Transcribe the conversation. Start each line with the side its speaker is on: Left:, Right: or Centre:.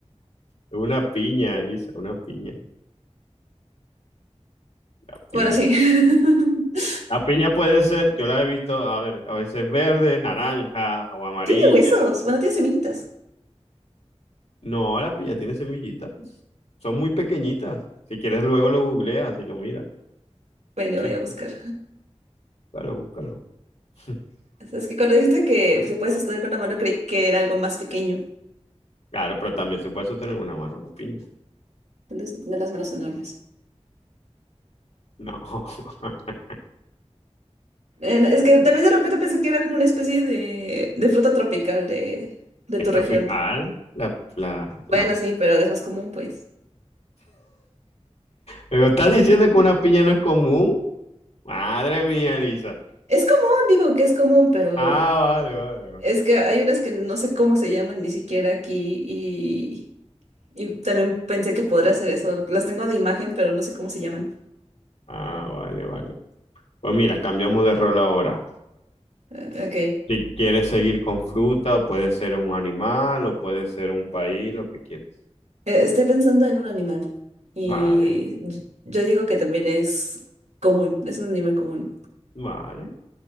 Left: Una piña, Elisa, una piña, la piña.
Right: Bueno, sí. <laughs>
Left: La piña puede ser, yo la he visto, a ver, a veces verde, naranja o amarilla.
Right: Tiene huesos. Bueno, tiene semillitas.
Left: No, la piña tiene semillitas. Son muy pequeñitas. Si quieres, luego lo googleas y lo miras.
Right: Bueno,
Left: Sí,
Right: voy
Left: sí,
Right: a buscar.
Left: búscalo, búscalo. <laughs>
Right: Es que cuando dijiste que se puede sostener con la mano, creí que era algo más pequeño.
Left: Claro, pero también se puede sostener en una mano una piña.
Right: Tienes que tener las manos enormes.
Left: No, <laughs>
Right: Eh, es que también de repente pensé que era alguna especie de, de fruta tropical de, de
Left: es
Right: tu región.
Left: tropical. La, la,
Right: Bueno,
Left: la...
Right: sí, pero es más común, pues.
Left: Pero estás diciendo que una piña no es común. Madre mía, Elisa.
Right: Es común, digo que es común, pero
Left: Ah, vale, vale, vale.
Right: es que hay unas que no sé cómo se llaman ni siquiera aquí y, y también pensé que podría ser eso. Las tengo de imagen, pero no sé cómo se llaman.
Left: Ah, vale, vale. Pues mira, cambiamos de rol ahora.
Right: Eh, Ok.
Left: Si quieres seguir con fruta, o puede ser un animal, o puede ser un país, lo que quieras.
Right: Eh, Estoy pensando en un animal y
Left: Vale,
Right: y- yo digo que también es común, es un animal común.
Left: vale,